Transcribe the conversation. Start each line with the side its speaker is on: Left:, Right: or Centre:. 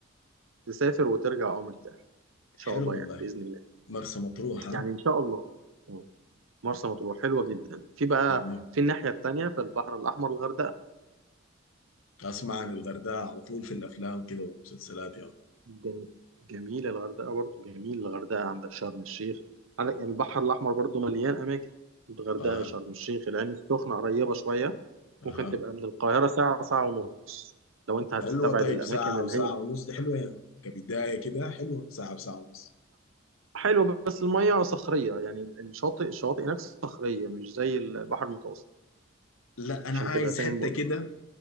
Right: تسافر وترجع أمر مرتاح إن شاء
Left: حلو
Right: الله
Left: والله
Right: يعني بإذن الله
Left: مرسى مطروح ها
Right: يعني ان شاء الله مم. مرسى مطروح حلوه جدا في بقى
Left: تمام
Right: في الناحيه التانيه في البحر الاحمر الغردقه
Left: أسمع عن الغردقة على طول في الأفلام كده والمسلسلات يا مان
Right: جم- جميله الغردقه برضو جميل الغردقه عندك شرم الشيخ عندك يعني البحر الاحمر برضو مليان اماكن الغردقه
Left: آه
Right: شرم الشيخ العين السخنه قريبه شويه
Left: أها
Right: ممكن تبقى من القاهره ساعه ساعه ونص لو انت هتستبعد
Left: حلوة طيب
Right: الاماكن
Left: ساعة
Right: اللي
Left: وساعة
Right: هي
Left: ونص دي حلوة يعني كبداية كده حلوة ساعة وساعة ونص
Right: حلوه بس الميه صخريه يعني الشاطئ الشواطئ هناك صخريه مش زي البحر المتوسط
Left: لا أنا
Right: عشان
Left: عايز
Right: تبقى فاهم
Left: حتة
Right: برضو
Left: كده